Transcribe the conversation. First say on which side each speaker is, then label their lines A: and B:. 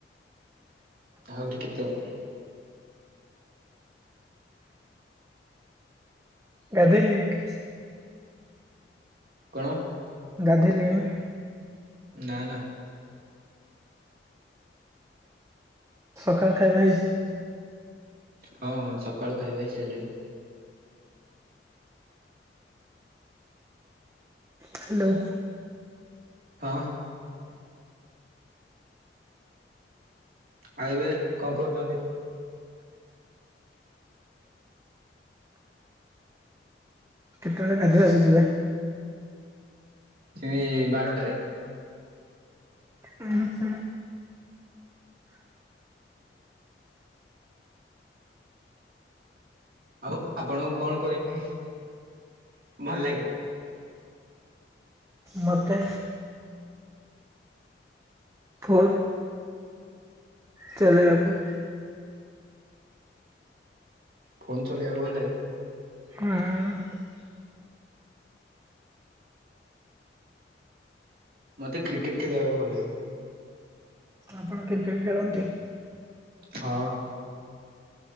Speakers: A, on the right; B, on the right.
A: ଆହୁରି କେତେ କଣ।
B: ଗାଧେଇଲେଣି।
A: କଣ?
B: ଗାଧେଇଲେଣି?
A: ନା ନା।
B: ସକାଳ ଖାଇବା ହେଇଛି?
A: ହଁ ହଁ ସକାଳୁ ଖାଇବା ହେଇସାରିଲାଣି।
B: ହ୍ୟାଲୋ?
A: ହଁ। ଆଉ ଏବେ କଣ କରୁଛନ୍ତି?
B: କେତେବେଳେ ଗାଧେଇବା କୁ ଯିବେ?
A: ସେ ବାରଟାରେ।
B: ହୁଁ ହୁଁ।
A: ଆଉ ଆପଣଙ୍କୁ କଣ କରିବା ପାଇଁ ଭଲ ଲାଗେ?
B: ମତେ ଫୋନ - ଚଲେଇବାକୁ।
A: ଫୋନ୍ ଚଲେଇବାକୁ ଗଲେ
B: ହୁଁ।
A: ମତେ କ୍ରିକେଟ ଖେଳିବାକୁ ଭଲ ଲାଗେ।
B: ଆପଣ କ୍ରିକେଟ୍ ଖେଳନ୍ତି?
A: ହଁ।